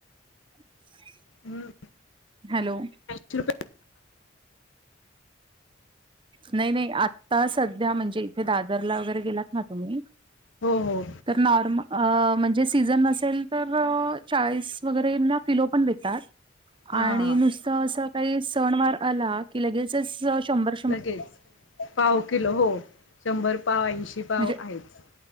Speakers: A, on the right; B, on the left.
A: <inaudible>
B: हम्
A: हॅलो
B: चि
A: नाही नाही आता सध्या म्हणजे इथे दादरला वगैरे गेलात ना तुम्ही
B: हो हो
A: तर नॉर्म म्हणजे सीझन असेल तर चाळीस वगैरे ला किलो पण देतात
B: हां
A: आणि
B: हां
A: नुस त अस काही सण वार आला कि लगेचच शंभर
B: लगेच पाव किलो हो शंभर पाव ऐंशी पाव
A: म्हणजे
B: आहेच.